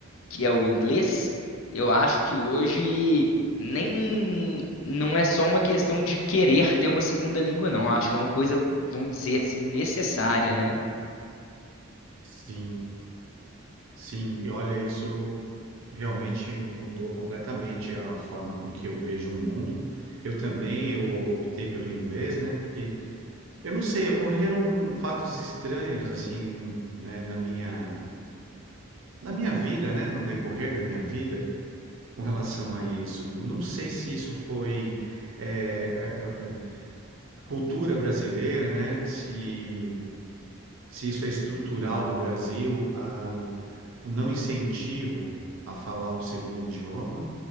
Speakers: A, on the left; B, on the right.
A: que é o inglês, eu acho que hoje nem não é só uma questão de querer ter uma segunda língua, não. Eu acho que é uma coisa, vamos dizer assim, necessária, né?
B: Sim, sim. E olha, isso realmente mudou completamente a forma com que eu vejo o mundo. Eu também eu optei pelo inglês, né? Porque Eu não sei, ocorreram fatos estranhos assim, né, na minha, na minha vida, né, no decorrer da minha vida, com relação a isso. Não sei se isso foi eh, eh, eh, a cultura brasileira, né, se se isso é estrutural do Brasil, a- o não incentivo a falar um segundo idioma,